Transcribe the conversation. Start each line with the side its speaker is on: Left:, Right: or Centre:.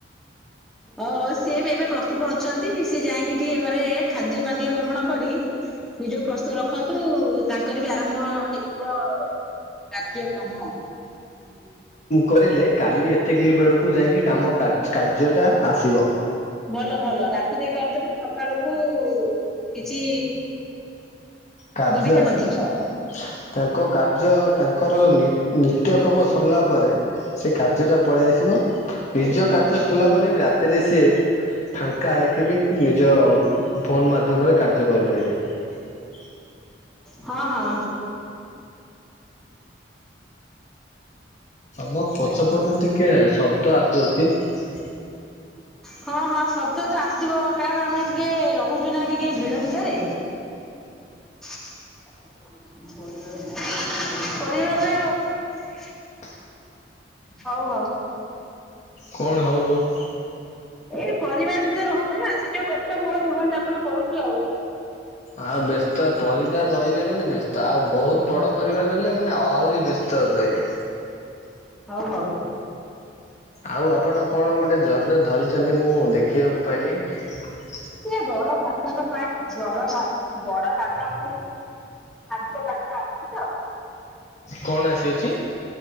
Centre: ଓହୋ, ସିଏ ବି ଏବେ ପ୍ରସ୍ତୁତ ଅଛନ୍ତି, ସିଏ ଯାଇକି ଟିକେ ଘରେ ଖାଦ୍ୟ ପାନୀୟ ଗ୍ରହଣ କରି ନିଜକୁ ପ୍ରସ୍ତୁତ ରଖନ୍ତୁ, ତାଙ୍କର ବି ଆରମ୍ଭ ହେଇଥିବ କାର୍ଯ୍ୟକ୍ରମ
Left: କରିଲେ, କାଲି ଏତିକି ବେଳକୁ ଯାଇକି କାମ କାର୍ଯ୍ୟ ଟା ଆସିବ ।
Centre: ଭଲ, ଭଲ, ରାତିରେ କରିଦେଲେ ସକାଳକୁ କିଛି
Left: କାର୍ଯ୍ୟ
Centre: ଦୁବିଧା
Left: ଆସିବ,
Centre: ନଥିବ
Left: ତାଙ୍କ କାର୍ଯ୍ୟ ତାଙ୍କର ନିତ୍ୟକର୍ମ ସରିଲା ପରେ ସେ କାର୍ଯ୍ୟ ଟା ପଳେଇ ଆସିବ,
Centre: ଆଉ
Left: ନିଜ କାର୍ଯ୍ୟ ସରିଲା ପରେ ବି ରାତିରେ ସେ ଫାଙ୍କା ହେଇକି ବି ନିଜ ଫୋନ ମାଧ୍ୟମରେ କାର୍ଯ୍ୟ କରିପାରିବେ ।
Centre: ହଁ ହଁ
Left: ତମର ପଛ ପଟରୁ ଟିକେ ଶବ୍ଦ ଆସୁଛି । ହ <inaudible>
Centre: ହଁ ହଁ ଶବ୍ଦ ତ ଆସିବ କାରଣ -ଆମେ ଟିକେ ରହୁଛୁ ନା ଟିକେ ଭିଡ ଭିତରେ
Left: ହ <inaudible>
Centre: ପରିବାରରେ
Left: <inaudible>
Centre: ହଉ ହଉ।
Left: କଣ, ହଉ ହଉ ।
Centre: ଏଇ ପରିବାର ଭିତରେ ରହୁଛ ନା, ସେ ଯୋଉ ବ୍ୟସ୍ତ ବହୁଳ ଜୀବନ ଯାପନ କରୁଛୁ, ଆଉ
Left: ଆଁ, ବ୍ୟସ୍ତ ପରିବାର ରହିଲେ ମାନେ ବ୍ୟସ୍ତ । ତ ଆଉ ବହୁତ ବଡ ପରିବାର ରହିଲେ, ମାନେ ଆହୁରି ବ୍ୟସ୍ତ ରହିବେ।
Centre: ହଉ ହଉ ।
Left: ଆଉ ଆପଣ କଣ ଗୋଟେ ଜରିରେ ଧରିଛନ୍ତି ମୁଁ ଦେଖିବାକୁ ପାଇଲି ।
Centre: ସେ ବଡ ଭାଷାଙ୍କ ପାଇଁ ବଡ ଭ ବଡ ଭାଷା ପାଇଁ <unintelligible> ଆସିବା ପାଛା ଆସଛି ତ <unintelligible>
Left: କଣ ଆସିଅଛି?